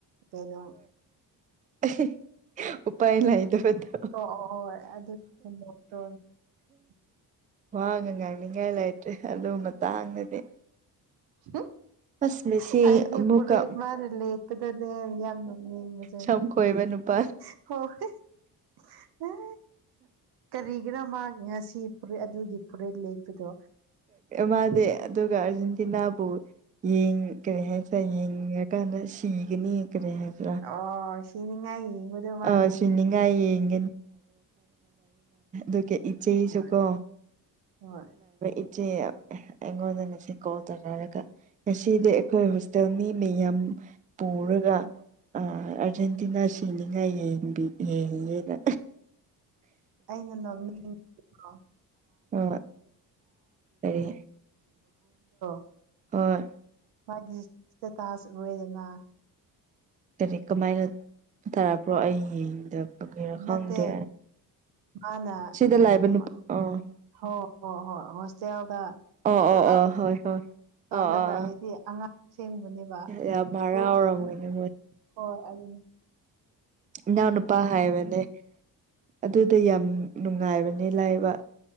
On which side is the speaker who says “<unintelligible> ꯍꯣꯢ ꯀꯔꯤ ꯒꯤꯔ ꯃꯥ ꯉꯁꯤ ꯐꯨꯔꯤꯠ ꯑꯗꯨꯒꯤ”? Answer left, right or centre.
Right